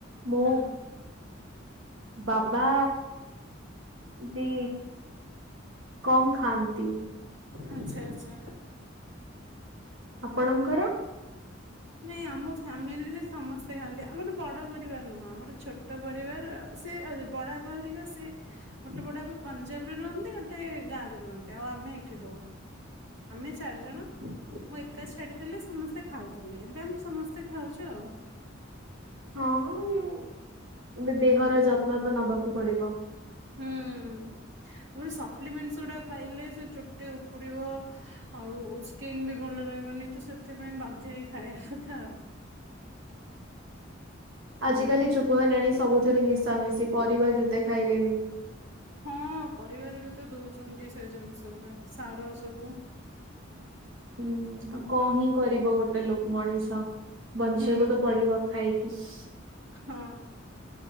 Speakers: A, on the right; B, on the right.
A: ମୁଁ,
B: ହୁଁ
A: ବାବା ବି, କମ୍ ଖାଆନ୍ତି,
B: ଆଚ୍ଛା ଆଚଛା <inaudible>
A: ଆପଣଙ୍କର?
B: ନାଇଁ ଆମ ଫ୍ୟାମିଲିରେ ସମସ୍ତେ ଖାଆନ୍ତି ଆମର ବଡ ପରିବାର ନୁହଁ ଆମର ଛୋଟ ପରିବାର ସେ ବଡ ପରର ସେ ଗୋଟେ ବଡା ପଞ୍ଜାବରେ ରୁହନ୍ତି ଗୋଟେ ଗାଁ ରେ ରୁହନ୍ତି ଆଉ ଆମେ ଏଠି ରହୁ ଆମେ ଚାରିଜଣ ମୁଁ ଏକାଛାଡିଥିଲଥିଲେ ସମସ୍ତେ ଖାଉ ଲେ ଏବେ ଆମେ ସମସ୍ତେ ଖାଉଛୁ ଆଉ
A: ହଁ ଏ ଦେହର ଯତ୍ନ, ସପନ ତ ନବାକୁ ପଡିବ
B: ହୁଁ ତାପରେ ସପ୍ଲିମେଣ୍ଟ ଗୁଡା ଖାଇଲେ ସେ ଚୁଟି ଉପୁଡିବ ଆଉ ସ୍କିନ୍ ବି ଭଲ ରହିବନି ତ ସେଥିପାଇଁ ବାଧ୍ୟ ହେଇ ଖାଇବା କଥା ହୁଁ
A: ଆଜିିକାଲି ଯୁଗ ହେଲାଣି ସବୁଥିରେ ମିଶାମିଶି ପରିବା ଯେତେ ଖାଇଲେ ବି
B: ହଁ ପରିବାରୁ ବି ତ ଦଉଛନ୍ତି ସେ ଜିନିଷ ଗୁଡା ସାର ସବୁ
A: ହୁଁ ଆଉ କଣ ହିଁ କରିବ ଗୋ ଟେ ଲୋକ ମଣିଷ। ବଞ୍ଚିବାକୁ
B: ହୁଁ
A: ତ ପଡିବ ଖାଇକି। ବ <inaudible>
B: ହଁ।